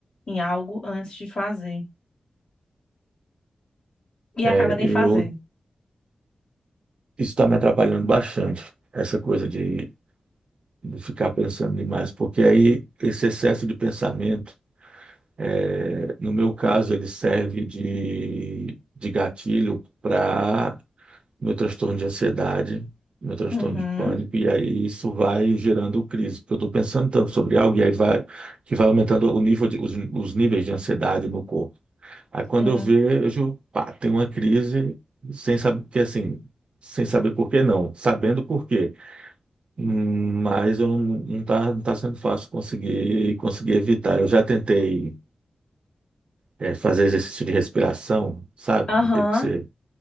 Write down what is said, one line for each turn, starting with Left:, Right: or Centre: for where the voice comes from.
Left: em algo antes de fazer. E
Right: É,
Left: acaba nem
Right: eu
Left: fazendo.
Right: Isso está me atrapalhando bastante, essa coisa de, de ficar pensando demais, porque aí esse excesso de pensamento, é, no meu caso, ele serve de, de gatilho para meu transtorno de ansiedade, meu transtorno
Left: Uhum,
Right: de pânico, e aí isso vai gerando crise, porque eu estou pensando tanto sobre algo e aí vai, que vai aumentando o nível de, os, os níveis de ansiedade no corpo. Aí quando
Left: sim.
Right: eu vejo, pá, tem uma crise, sem saber, porque assim, sem saber por que não, sabendo por quê mas eu não, não tá, não tá sendo fácil conseguir, conseguir evitar. Eu já tentei é, fazer exercício de respiração, sabe?
Left: Aham.
Right: Aquele que você